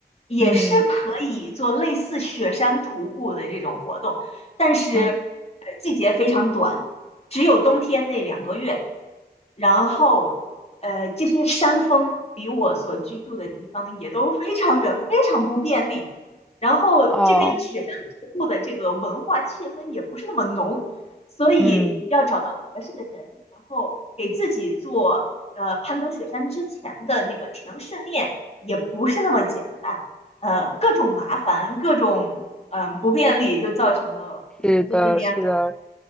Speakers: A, on the left; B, in the centre.
A: 也是可以做类似雪山徒步的这种活动，
B: 嗯
A: 但是呃季节非常短，
B: 嗯，
A: 只有冬天那两个月。然后，呃，这些山峰离我所居住的地方也都非常远，非常不便利。然后这边雪山徒步的这个文化气氛也不是那么浓，
B: 哦
A: 所以
B: 嗯。
A: 合适的人，然后给自己做呃攀登雪山之前的那个体能训练也不是那么简单，呃，各种麻烦，各种嗯、不便利，就造成了我现在在这边
B: 是的，是的，